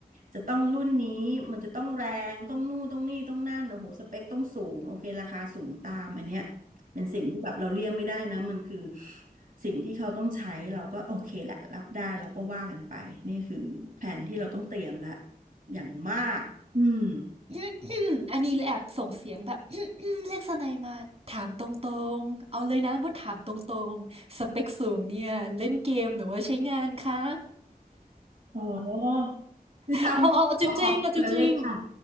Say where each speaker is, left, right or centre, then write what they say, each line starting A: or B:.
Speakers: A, on the right; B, on the right.
A: จะต้องรุ่นนี้มันจะต้องแรงต้องนู่นต้องนี่ต้องนั่นโอ้โหสเปคต้องสูงโอเคราคาสูงตามอันเนี้ยเป็นสิ่งที่แบบเราเลี่ยงไม่ได้นะมันคือ สิ่งที่เขาต้องใช้เราก็โอเคแหละรับได้เราก็ว่ากันไปนี่คือแผนที่เราต้องเตรียมละอย่างมากอืม
B: <coughs> อันนี้เลยแอบส่งเสียงแบบ <coughs> เรียกสไนัยมาถามตรงๆ เอาเลยนะว่าถามตรงๆ สเปคสูงเนี่ยเล่นเกมหรือว่าใช้งานคะ
A: อ๋อคือทำเขาขอเผื่อเลยค่ะ
B: เอาเอาเอาจริงๆเอาจริง